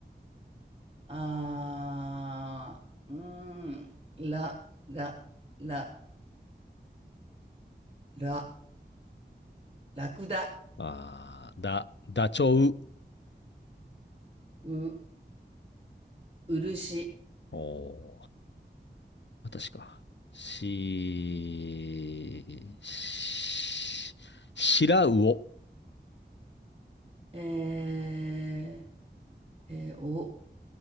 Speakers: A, on the right; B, on the left.
A: あー、うーん、ら、ら、ら、ら、ラクダ、
B: あーだ、ダチョウ、
A: う、漆、
B: おー私か。し、し、しらうお。
A: えー、えー、お、